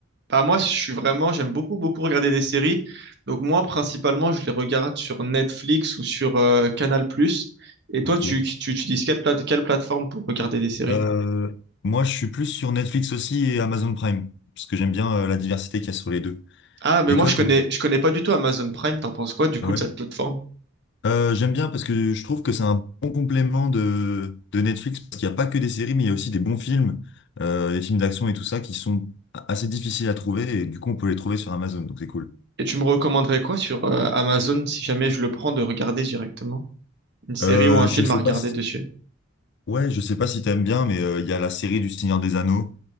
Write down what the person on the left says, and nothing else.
Ok.
Euh, moi, je suis plus sur Netflix aussi et Amazon Prime, parce que j'aime bien euh, la diversité qu'il y a sur les deux.
Et
toi,
t'es...
Ah ouais.
Euh, j'aime bien parce que je trouve que c'est un bon complément de, de Netflix, parce qu'il n'y a pas que des séries, mais il y a aussi des bons films, euh, des films d'action et tout ça, qui sont assez difficiles à trouver, et du coup, on peut les trouver sur Amazon, donc c'est cool.
Euh,
je sais
pas si...
Ouais, je sais pas si t'aimes bien, mais euh, il y a la série du Seigneur des Anneaux